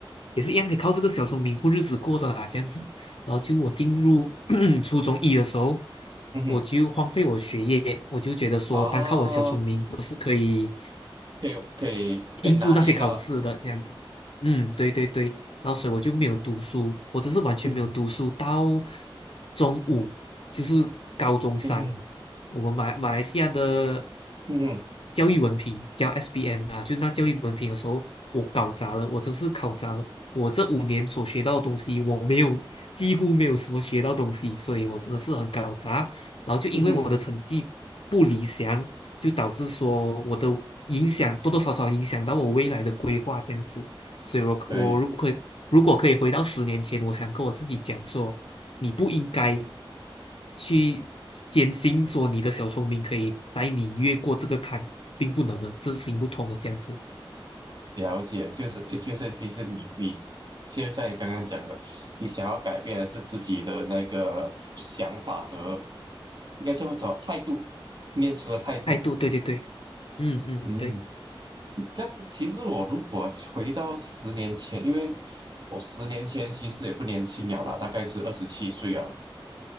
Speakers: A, on the left; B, on the right.
A: 也是一样可以靠这个小聪明过日子过的啦这样子。然后就我进入 <coughs> <clears throat> 初中一的时候，
B: 嗯哼嗯哼，
A: 我就荒废我学业，我就觉得说单靠我小聪明我是可以。
B: 哦，可以可以可以拿捏到，
A: 应付那些考试的这样子。嗯，对对对，然后所以我就没有读书，我真是完全没有读书到
B: 嗯哼
A: 中午，就是高中三，
B: 嗯哼
A: 我们马马来西亚的
B: 嗯哼
A: 教育文凭叫 SBM 啊，就是那教育文凭的时候，我搞砸了，我真是搞砸了，我这五年所学到的东西，我没有几乎没有什么学到东西，所以我真的是很搞砸，然后就因为我的成绩不理想，
B: 嗯哼，
A: 就导致说我的影响多多少少影响到我未来的规划这样子。所以我，
B: 可以。
A: 我如果如果可以回到十年前，我想跟我自己讲说，你不应该去坚信说你的小聪明可以带你越过这个坎，并不能的，这行不通的这样子
B: 了解，就是呃就是，其实你你就像你刚刚讲的，你想要改变的是自己的那个想法和应该叫做态度，念书的态度。
A: 态度。对对对，嗯嗯对，
B: 嗯，这样其实我如果回到十年前，因为我十年前其实也不年轻了啦，大概是二十七岁啊。